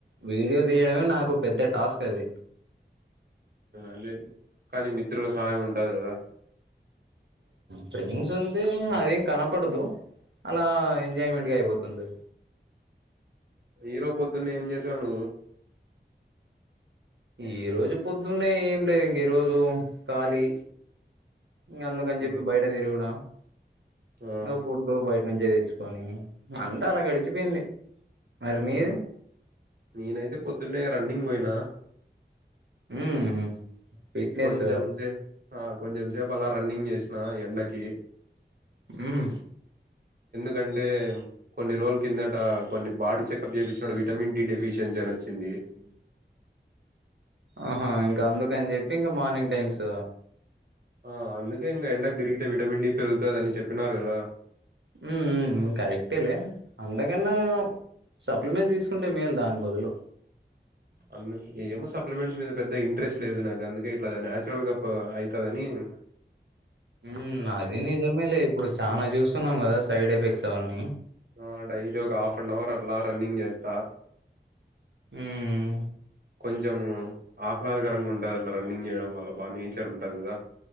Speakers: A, on the right (about 85°); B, on the right (about 55°).
A: వీడియో తీయడమే నాకు పెద్ద టాస్క్ అది
B: అదే కానీ మిత్రుల సహాయం ఉంటది కదా
A: ఫ్రెండ్స్ ఉంటే అదేం కనపడదు అలా ఎంజాయ్మెంట్ గా అయిపోతుంది.
B: ఈరోజు పొద్దున్నే ఏం చేసావు నువ్వు
A: ఈ రోజు పొద్దున్నే ఏం లేదు ఇంక ఈ రోజు ఖాళీ ఇంక అందుకని చెప్పి
B: ఆ
A: బయట తిరుగుడం
B: ఆ
A: ఇగా ఫుడ్ బయట నుంచే తెచ్చుకోని అంత అలా గడిచిపోయింది, మరి మీది
B: ఆ. నేనైతే పొద్దున్నే రన్నింగ్ పోయినా,
A: ఊ ఫిట్నెస
B: కొంచెం సేపు ఆ కొంచెం సేపు అలా రన్నింగ్ చేసిన ఎండకి
A: ఉహు
B: కంటే కొన్ని రోజుల కిందట కొన్ని బాడి చెకప్ చేపించుకున్ విటమిన్ డి డెఫిషియన్సీ అని వచ్చింది. <unintelligible>
A: ఆహా ఇంకా అందుకని చెప్పి ఇంకా మార్నింగ్ టైమ్స్
B: ఆ అందుకే ఇంకా ఎండకు తిరిగితే విటమిన్ డి పెరుగుతది, అని చెప్పినారు కదా.
A: ఊ కరెక్ట్ లే అంతకన్నా సప్లిమెంట్ తీసుకుంటే మేలు దాని బదులు
B: అ ఏమో సప్లిమెంట్స్ మీద పెద్ద ఇంట్రెస్ట్ లేదు నాకు అందుకే ఇట్లా నచురల్ గా పో అయితదని, మ్మ్
A: ఉ అది నిజమేలే ఇప్పుడు చానా చూస్తున్నాం కదా సైడ్ ఎఫెక్ట్స్ అవన్నీ,
B: ఆ డైలీ ఒక హాఫ్ అన్ అవర్ అట్లా రన్నింగ్ చేస్తా,
A: ఉమ్
B: కొంచము ఆహ్లాదకరంగా ఉంటది, అట్లా రన్నింగ్ చేయడం వల్ల బాగా నేచర్ ఉంటది కదా